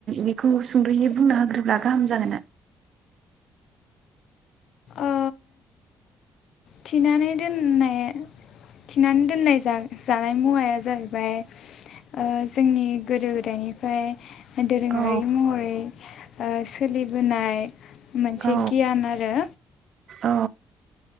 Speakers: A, on the right; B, on the left.
A: बेखौ सुंद'यै बुंना होग्रोब्ला गाहाम जागोन ना।
B: ओ थिनानै दोननाय थिनानै दोननाय जानाय मुवाया जाहैबाय ओ जोंनि गोदो गोदायनिफ्राय। एदि गारि
A: औ
B: मर। ओ सोलिबोनाय मोनसे
A: औ
B: गियान आरो।
A: औ